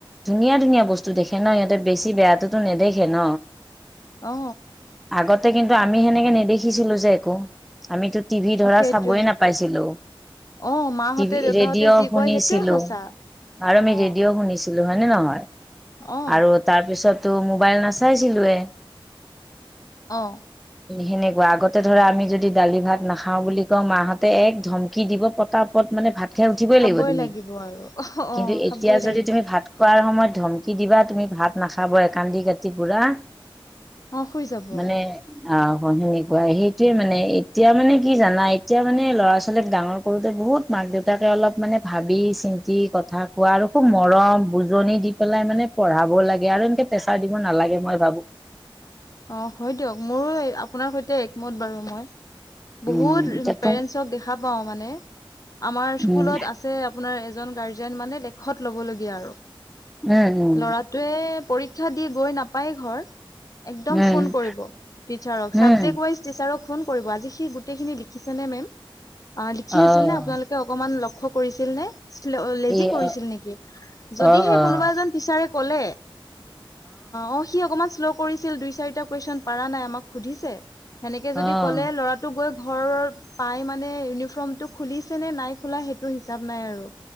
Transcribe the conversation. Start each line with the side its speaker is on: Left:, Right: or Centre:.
Centre: ধুনীয়া ধুনীয়া বস্তু দেখে ন ইহতে বেছি বেয়াতো নেদেখে ন।
Left: অ
Centre: আগতে কিন্তু আমি সেনেকে নেদেখিছিলো যে একো আমিতো টিভি ধৰা
Left: অ সেইটোৱে
Centre: চাবই নাপাইছিলো।
Left: অ মাহঁতে
Centre: টিভি
Left: দেউতাহঁতে
Centre: ৰেডিঅ'
Left: যি
Centre: শুনিছিলো
Left: কয় সেইটোৱে সঁচা
Centre: আৰু আমি
Left: অ
Centre: ৰেডিঅ' শুনিছিলো। হয় নে নহয়
Left: অ
Centre: আৰু তাৰপিছটো মবাইল নেচাইছিলোয়ে।
Left: অ।
Centre: সেনেকুৱা আগতে ধৰা আমি যদি দালি ভাত নাখাও বুলি কওঁ মাহঁতে এক ধমকি দিব পতা পত মানে ভাত উঠিবই
Left: খাবই
Centre: লাগিব তুমি,
Left: আৰু অ
Centre: কিন্তু
Left: অ খাবই
Centre: এতিয়া
Left: লাগিব
Centre: যদি তুমি ভাত খোৱাৰ সময়ত ধমকি দিবা তুমি ভাত নাখাব এ কান্দি কাটি পুৰা
Left: অ হৈ যাব আৰু
Centre: মানে অ অ সেনেকুৱাই সেইটোয়ে মানে, এতিয়া মানে কি জানা এতিয়া মানে ল'ৰা -ছোৱালীক ডাঙৰ কৰোতে বহুত মা মাক- দেউতাকে অলপ মান ভাবি -চিন্তি কথা কোৱা আৰু খুব মৰম বুজনি দি পেলাই মানে পঢ়াবও লাগে আৰু এনকে প্ৰেছাৰ দিব নালাগে মই ভাবো।
Left: অ হয় দিয়ক, মোৰো আপোনাৰ সৈতে একমত বাৰু মই। বহুত
Centre: উম, এতিয়াতো
Left: পেৰেন্টচক দেখা পাও মানে, আমাৰ
Centre: উম,
Left: স্কুলত আছে আপোনাৰ এজন গাৰ্জেন মানে লেখত লবলগীয়া আৰু,
Centre: উম, উম,
Left: ল'ৰাটোৱে পৰি ক্ষা দি গৈ নাপায় ঘৰ একদম
Centre: উম,
Left: ফোন কৰিব, টিচাৰক
Centre: উম,
Left: চাবজেক ৱাইজ টিচাৰক ফোন কৰিব আজি সি গোটেই খিনি লিখিছে নে মেম, আ লিখি
Centre: অ'
Left: আছিল নে আপোনালোকে অকমান ল লক্ষ্য কৰিছিল নে লেজি
Centre: এই
Left: কৰিছিল
Centre: অ'
Left: নেকি? যদিহে
Centre: অ' অ'
Left: কোনোবা এজন টিচৰে কলে, অ সি অকমান শ্ল কৰিছিল, দুই- চাৰিটা কুৱেচন পাৰা নাই আমাক সুধিছে, সেনেকে যদি
Centre: অ'
Left: ক'লে ল'ৰাটোক গৈ ঘৰৰ পাই মানে ইউনিফৰ্মটো খুলিছে নে নাই খোলা সেইটো হিচাপ নাই আৰু।